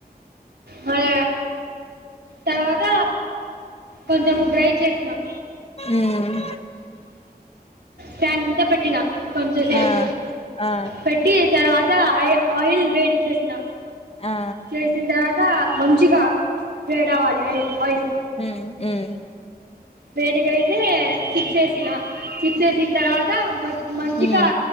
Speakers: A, on the right (about 85°); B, on the left (about 35°).
A: మరి తర్వాత కొంచము డ్రై చేసినం
B: ఉమ్
A: ఫ్యాన్ కింద పెట్టినా కొంచెం సేపు
B: ఆ ఆ
A: పెట్టి తర్వా ఆయిల్ వేడి చేసిన
B: ఆ
A: చేసిందా త మంచిగా వేడవాలి ఆయిల్ ఆయిల్
B: హ్మ్ హ్మ్
A: వేడిగయితే చిప్స్ ఏసిన చిప్స్ వేసిన తర్వాత మ మంచి
B: ఉమ్
A: గా